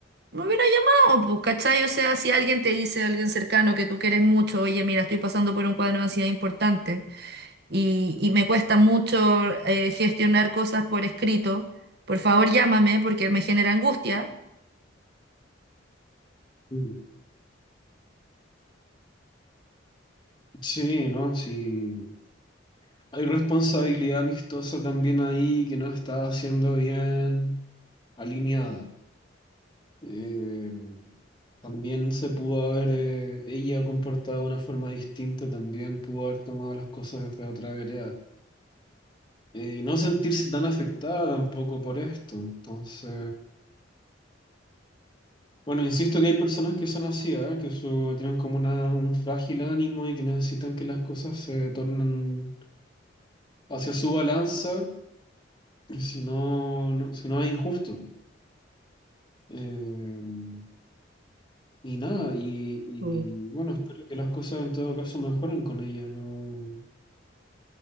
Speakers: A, on the right; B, on the left.
A: me hubiera llamado, pues, ¿cachai? O sea, si alguien te dice, alguien cercano que tú quieres mucho, oye, mira, estoy pasando por un cuadro de ansiedad importante. y, y me cuesta mucho eh, gestionar cosas por escrito. Por favor, llámame porque me genera angustia.
B: mm. Sí, ¿no? Sí. Hay responsabilidad amistosa también ahí que no está siendo bien alineada. Eh, también se pudo haber, eh, ella comportado de una forma distinta, también pudo haber tomado las cosas desde otra vereda. Eh, y no sentirse tan afectada tampoco por esto. Entonces... Bueno, insisto que hay personas que son así, ¿ah? Que su- tienen como una, un frágil ánimo y que necesitan que las cosas se tornen hacia su balanza, y si no, no- si no es injusto. Eh, y nada, y, y
A: Mm.
B: bueno, espero que las cosas en todo caso mejoren con ella. No,